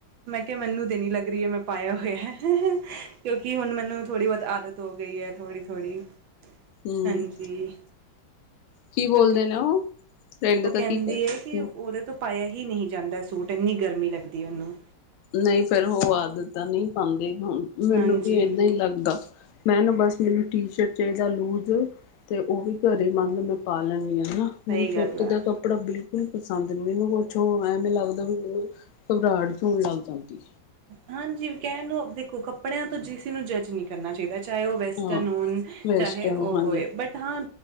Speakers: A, on the right; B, on the left.
A: ਮੈਂ ਕੇਆ ਮੈਨੂੰ ਤੇ ਨਈਂ ਲੱਗ ਰੀ, ਮੈਂ ਪਾਯਾ ਹੋਯਾ। <unintelligible> ਕਿਉਂਕਿ ਹੁਣ ਮੈਨੂੰ ਥੋੜੀ ਬੋਤ ਆਦਤ ਹੋ ਗਈ ਐ, ਥੋੜੀ-ਥੋੜ੍ਹੀ।
B: ਹਮ
A: ਹਾਂਜੀ।
B: ਕੀ
A: <unintelligible>
B: ਬੋਲਦੇ ਨੇ ਉਹ ਫਰੈਂਡ
A: ਓ
B: ਦਾ
A: ਕੈਂਹਦੀ
B: ਕੀ ਕਰ
A: ਐ। ਤੇ ਓਦੇ ਤੋਂ ਪਾਇਆ ਹੀ ਨਹੀਂ ਜਾਂਦਾ ਸੂਟ। ਏਨੀਂ ਗਰਮੀ ਲੱਗਦੀ ਓਨੂੰ।
B: ਨਈਂ ਫਿਰ ਹੋ ਆਦਤ ਤਾਂ ਨਈਂ ਪਾਂਦੇ ਹੋਣ ਮੈਨੂੰ
A: ਹਾਂਜੀ
B: ਵੀ ਏਦਾਂ ਈ ਲੱਗਦਾ। ਮੈਂ ਨਾਂ ਬਸ ਮੈਨੂੰ ਟੀ ਸ਼ਰਟ ਚਾਈਦਾ ਲੂਜ਼ ਤੇ ਓ ਵੀ ਘਰੇ ਮੰਨ ਲੋ ਮੈਂ ਪਾ ਲੈਨੀਂ ਆਂ, ਹਣਾਂ। ਮੈਨੂੰ
A: ਸਹੀ ਗੱਲ
B: ਫਿੱਟ
A: ਆ
B: ਦੇਖੋ। ਕੱਪੜਾ ਬਿਲਕੁਲ ਪਸੰਦ ਨੀਂ ਮੈਨੂੰ ਕੁਛ ਓ ਐਵੇਂ ਲੱਗਦਾ ਵੀ ਮੈਨੂੰ ਘਬਰਾਹਟ ਹੋਣ ਲੱਗ ਜਾਂਦੀ।
A: ਹਾਂਜੀ, ਕੈਣ ਨੂੰ ਅ ਦੇਖੋ ਕੱਪੜਿਆਂ ਤੋਂ ਜਿਸੇ ਨੂੰ ਜੱਜ ਨ੍ਹੀਂ ਕਰਨਾ ਚਾਈਦਾ। ਚਾਏ ਓ ਵੈਸਟਨ
B: ਹਾਂ।
A: ਹੁਣ,
B: ਵੇਸਟਰਨ
A: ਚਾਹੇ ਓ
B: ਹਾਂਜੀ
A: ਹੋਏ। ਬਟ ਹਾਂ